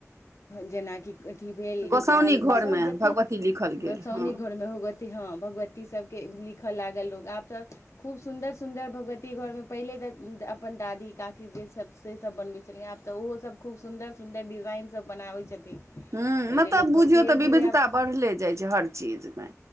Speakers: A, on the left; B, on the right.
A: जेनाकि अथी भेल
B: गोसाउनी
A: काली
B: घरमे
A: सब जतेत
B: भगवती लिखल गेल
A: गोसाउनी
B: हँ
A: घरमे होगत ती हँ भगवती सबके लिखय लागल लोक आब तऽ खूब सुन्दर सुन्दर भगवती घरमे पहिले तऽ अपन दादी काकी जेसब सेसब बनबैत छलैया ह आब तऽ उहोसब खूब सुन्दर सुन्दर डिजाइन सब बनाबै छथिन
B: हूँ
A: पहिले
B: मलब
A: लोक
B: बुझियौ
A: बन धीरे
B: तऽ विविधता
A: धीरे आब
B: बढ़ले जाइ छै हर चीज मे